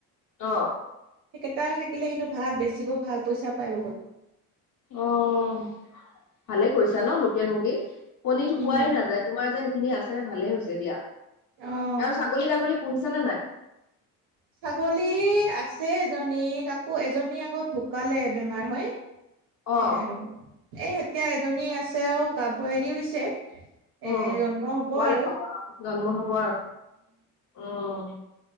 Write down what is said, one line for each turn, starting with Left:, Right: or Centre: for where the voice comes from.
Left: অঁ
Right: সেইকেইটা থাকিলে কিন্তু ভাল বেচিব ভাল পইচা পায় বহুত
Left: অঁ ভালে কৰিছা ন লোকেল মুৰ্গী কণী পোৱাই
Right: উম
Left: নাযায় তোমাৰ যে সেইখিনি আছে ভালেই হৈছে দিয়া
Right: অহ
Left: আৰু ছাগলী তাগলী শুনিছা নে নাই
Right: ছাগলী আছে এজনী আকৌ এজনী আকৌ ঢুকালে বেমাৰ হয়
Left: অ
Right: সেইয়াই আৰু এ এতিয়া এজনী আছে আৰু গাভীনি হৈছে
Left: <inaudible>
Right: এ
Left: উম
Right: জন্ম হব
Left: পোৱালি
Right: আৰু
Left: হব জন্ম হব আৰু উম